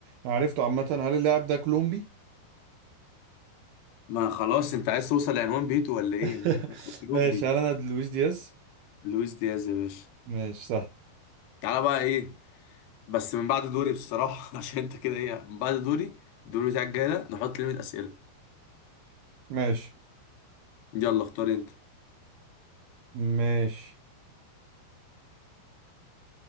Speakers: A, on the right (about 75°); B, on the left (about 70°).
A: أنا عرفته عامه هل اللاعب ده كولومبي
B: ما خلاص انت عايز توصل لعنوان بيته ولا ايه
A: <laughs>
B: ما هو كولومبي
A: ماشي هل انا لويس دياز
B: لويس دياز يا باشا
A: ماشي صح
B: تعالى بقى ايه بس من بعد دوري بصراحة <laughs> عشان انت كده ايه من بعد دوري الدور بتاعك جاي ده نحط ليميت أسئلة
A: ماشي
B: يلا اختار انت
A: ماشي